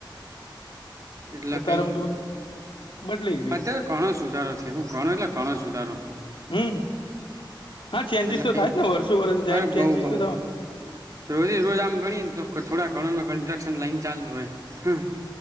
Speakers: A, on the right (about 40°); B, on the left (about 85°).
A: એટલા
B: અતારમાં
A: કઈક
B: તો બધું બદલાઈ ગયું
A: અત્યારે ઘણો સુધારો છે. હું ઘણો એટલે ઘણો સુધારો
B: હમ હા ચેન્જીસ
A: એટલે
B: તો
A: કઈ
B: થાય જ ને વર્ષો વર્ષ જાયમ
A: અરે
B: ચેન્જીસ
A: બઉ બઉ
B: તો થ ને
A: રોજે રોજ આમ ગણીએ ને તો થોડા ઘણમાં કન્સ્ટ્રક્શન લાઈન ચાલત હોય.